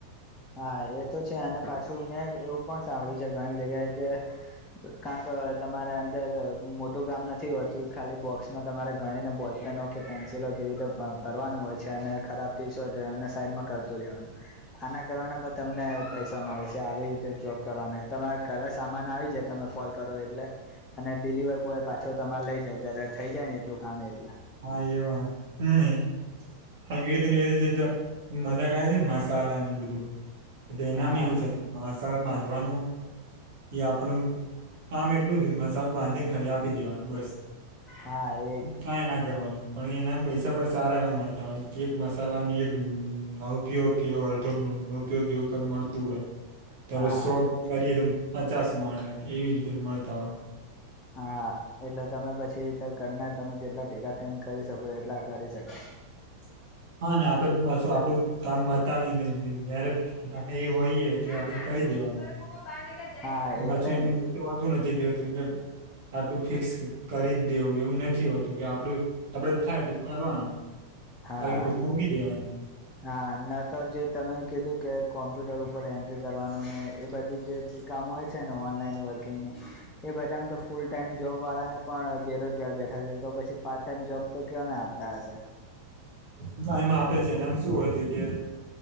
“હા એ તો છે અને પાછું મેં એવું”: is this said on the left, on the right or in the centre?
Left